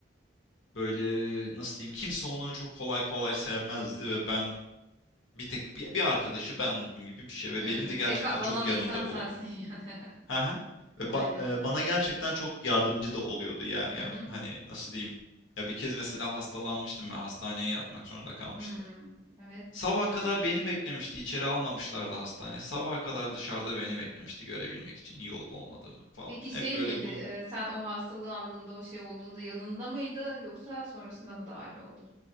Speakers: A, on the left (about 80°); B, on the right (about 25°).
A: böyle nasıl diyeyim kimse onu çok kolay kolay sevmezdi ve ben bir tek bir, bir arkadaşı bendim gibi bir şey ve
B: Hı,
A: benim de gerçekten
B: Tek katlanan
A: çok
B: insan
A: yanımda
B: sensin
A: bulundu.
B: <laughs> yani.
A: Hı hı. Ve ba-
B: Aynen.
A: eee, bana gerçekten çok yardımcı da oluyordu yer yer.
B: Hı hı.
A: Hani nasıl diyeyim? Ya bir kez mesela hastalanmıştım ve hastaneye yatmak zorunda kalmıştım.
B: Hmm, evet.
A: Sabaha kadar beni beklemişti. İçeri almamışlardı hastane. Sabaha kadar dışarıda beni beklemişti görebilmek için iyi olup olmadığımı falan.
B: Peki şey
A: Hep böyle
B: miydi?
A: bunun
B: e, sen o hastalığı andığında o şey olduğunda yanında mıydı yoksa sonrasında mı dahil oldu?